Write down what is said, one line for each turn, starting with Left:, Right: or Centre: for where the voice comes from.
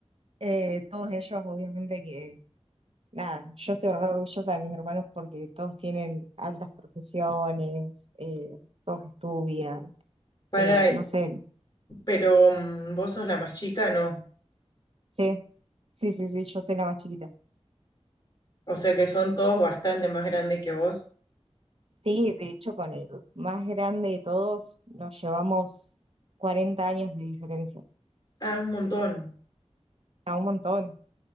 Right: eh, todos ellos obviamente que, nada, yo estoy re orgullosa de mis hermanos porque todos tienen altas profesiones, eh, todos estudian,
Left: Para,
Right: eh, no sé,
Left: pero mm, vos sos la más chica, no.
Right: sí, sí, sí, sí, yo soy la más chiquita.
Left: O sea que son todos bastante más grandes que vos.
Right: Sí, de hecho, con el más grande de todos nos llevamos 40 años de diferencia,
Left: Ah, un montón.
Right: a un montón.